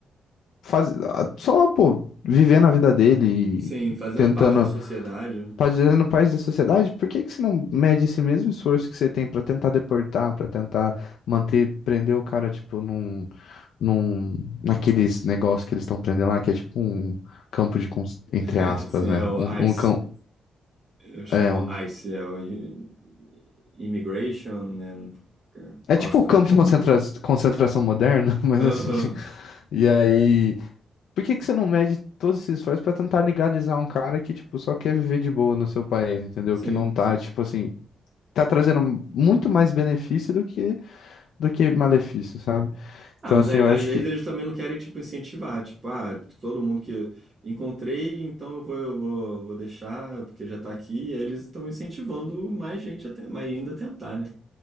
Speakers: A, on the left; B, on the right.
A: faz, ah, só, pô, vivendo a vida dele
B: Sim,
A: e
B: fazendo
A: tentando,
B: parte da sociedade. né?
A: fazendo parte da sociedade, por que que você não mede esse mesmo esforço que você tem pra tentar deportar, pra tentar manter, prender o cara, tipo, num, num, naqueles negócios que eles estão prendendo lá, que é tipo um campo de, cons- entre
B: <laughs>
A: aspas,
B: Sim,
A: né?
B: é o
A: Um,
B: ICE.
A: um cão,
B: Eu chamo
A: é um,
B: ICE, é o I- Immigration and
A: é
B: Customs,
A: tipo o campo de
B: não
A: concentra-
B: sei o quê.
A: concentração moderno, <laughs> mas assim,
B: Aham.
A: e aí Por que que você não mede todos esses esforços pra tentar legalizar um cara que, tipo, só quer viver de boa no seu país, entendeu?
B: Sim,
A: Que não tá, tipo assim, tá trazendo muito mais benefício do que do que malefício, sabe? Então,
B: Ah, mas
A: assim,
B: a-
A: eu acho
B: às vezes
A: que
B: eles também não querem, tipo, incentivar. Tipo, ah, todo mundo que encontrei, então eu vou, eu vou, vou deixar, porque já tá aqui. E aí eles estão incentivando mais gente a ten- mais ainda a tentar, né?